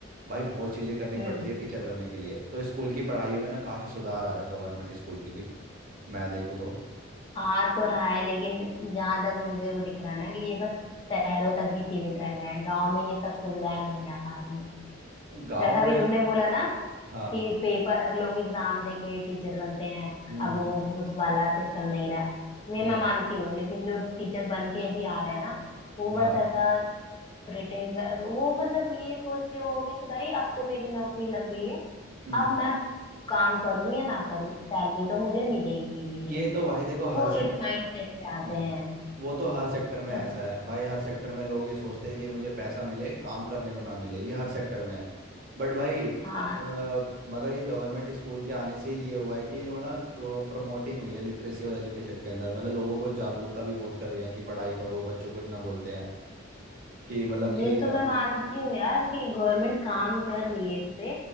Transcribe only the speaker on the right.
भाई बहुत चीज़ें करनी
पड़ती है टीचर बनने के लिए तो स्कूल की पढ़ाइयों में ना काफ़ी सुधार आ रहा है गवर्नमेंट स्कूल की भी मैं देखूँ तो
गाँव
में
हाँ
हम्म
हम्म
हाँ
हम्म
ये तो भाई देखो
हर
सेक्ट
हम्म
वो तो हर सेक्टर में
ऐसा है भाई हर सेक्टर में लोग ये सोचते हैं कि मुझे पैसा मिले काम करने को ना मिले ये हर सेक्टर में है बट भाई
अ, मगर ये गवर्नमेंट स्कूल के आने से ये हुआ है कि जो ना प्रमोटिंग हुई है लिटरेसी और एजुकेशन के अंदर मतलब लोगों को जागरूकता भी बहुत कर रहे हैं कि पढ़ाई करो बच्चों को इतना बोलते हैं कि मतलब
कि अ,